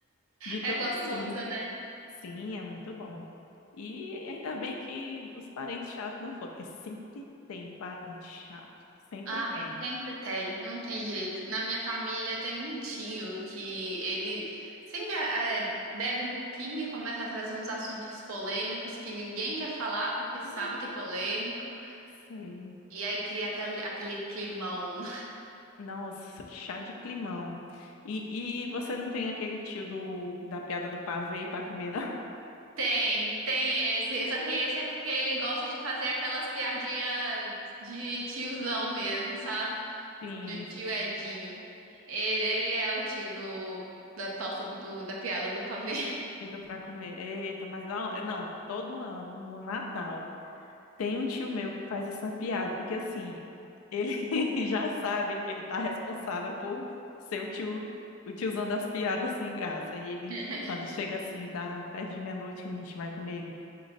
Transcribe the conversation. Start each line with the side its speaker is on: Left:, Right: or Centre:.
Left: de tanta
Right: É gostoso,
Left: comida.
Right: né?
Left: Sim, é muito bom. E ainda bem que os parentes chatos não foram, porque sempre tem parente chato, sempre
Right: Ai,
Left: tem.
Right: sempre tem, não tem jeito. Na minha família tem um tio que ele sempre eh, bebe um pouquinho e começa a trazer uns assuntos polêmicos que ninguém quer falar porque sabe
Left: Ih,
Right: que é polêmico,
Left: Sei.
Right: e aí cria aquele, aquele climão.
Left: Nossa, chá de climão. E, e você não tem aquele tio do, da piada do pavê para comer, não? <laughs>
Right: Tem, tem esse. Só que esse é porque ele gosta de fazer aquelas piadinhas de tiozão mesmo, sabe?
Left: Sim,
Right: No tio Edinho. Ele, ele é o tio do, da torta do, da piada do pavê.
Left: e do para comer. Eita, mas ó, não, todo ano, no Natal, tem um tio meu que faz essa piada, porque assim, ele <laughs> já sabe que ele tá responsável por ser o tio, o tiozão das piadas sem graça. E ele,
Right: <laughs>
Left: quando chega assim, dá perto de meia-noite que a gente vai comer ele.